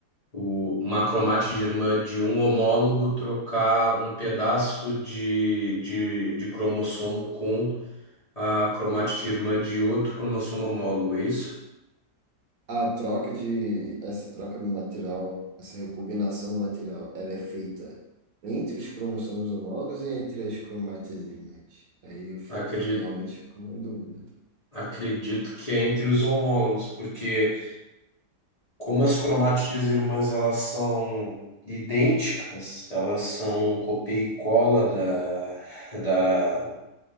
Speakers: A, on the left (about 30°); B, on the right (about 65°).
A: o, uma cromátide irmã de um homólogo trocar um pedaço de, de, de cromossomo com a cromátide irmã de outro cromossomo homólogo, é isso?
B: A troca de, essa troca no material, essa recombinação do material, ela é feita entre os cromossomos homólogos e entre as cromátides irmãs. Aí eu fi-
A: Acredito,
B: fi- realmente fico em dúvida.
A: acredito que é entre os homólogos, porque. Como as cromatias irmãs elas são idênticas, elas são copia e cola da, da,